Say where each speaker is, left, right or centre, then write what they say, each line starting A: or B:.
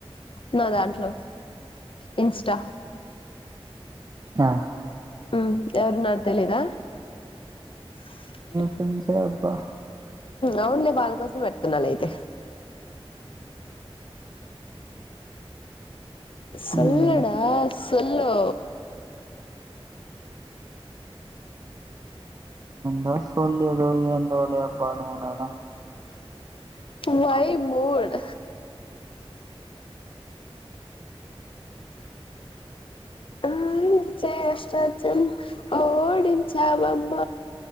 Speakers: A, on the left; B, on the right.
A: నా దాంట్లో ఇన్స్టా
B: ఆ
A: ఉ ఎవరు ఉన్నారు తెలిదా <inaudible>
B: ఫెండ్స అబ్బా
A: అవులే వాళ్ళ కోసం పెడుతున్నాను అయితే సొల్లుడా
B: ఉమ్
A: సోల్లు
B: నా సోల్లు <unintelligible> అంటావ్లే అబ్బా నువ్వు నన్ను
A: వై మూడ్ ఆడించే ఆష్ట చెమ్మా ఓడించావమ్మ